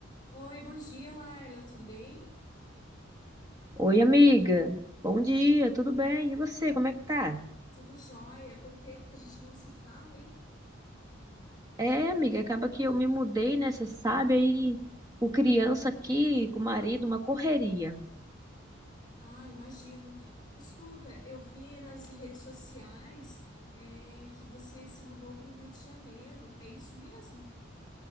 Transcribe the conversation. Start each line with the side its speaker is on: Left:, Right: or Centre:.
Left: Oi, bom dia, Laila. Tudo bem?
Right: Oi, amiga. Bom dia, tudo bem? E você, como é que tá?
Left: Tudo jóia? Quanto tempo que a gente não se fala, hein?
Right: É, amiga, acaba que eu me mudei, né? Você sabe aí, o criança aqui com o marido, uma correria.
Left: Ah, imagino. Escuta, eu vi nas redes sociais, eh, que você se mudou para o Rio de Janeiro. É isso mesmo?